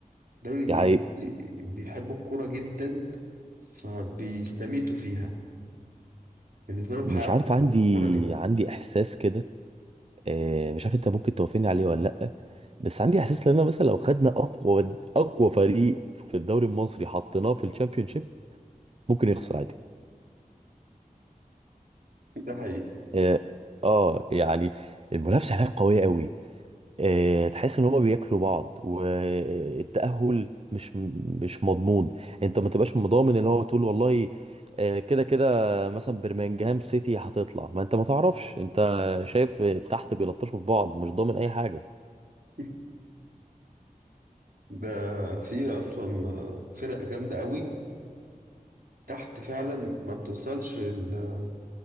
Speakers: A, on the right; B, on the right.
A: الدوري الإنجليزي
B: دي حقيقة
A: بيحبوا الكورة جدا فبيستميتوا فيها بالنسبة لهم
B: مش
A: حياة
B: عارف عندي
A: الكورة دي
B: عندي احساس كده آه مش عارف انت ممكن توافقني عليه ولا لا بس عندي احساس لان مثلا لو خدنا اقوى اقوى فريق في الدوري المصري حطيناه في الشامبيونشيب ممكن يخسر عادي
A: ده حقيقي
B: اه آه، يعني المنافسة هناك قوية قوي آه، تحس ان هما بياكلوا بعض والتأهل مش مش مضمون انت ما تبقاش مضامن اللي هو تقول والله آه، كده كده مثلا برمنجهام سيتي هتطلع ما انت ما تعرفش انت شايف تحت بيلطشوا في بعض مش ضامن اي حاجة
A: <laughs> ده في أصلا فرق جامدة قوي تحت فعلا ما بتوصلش لل-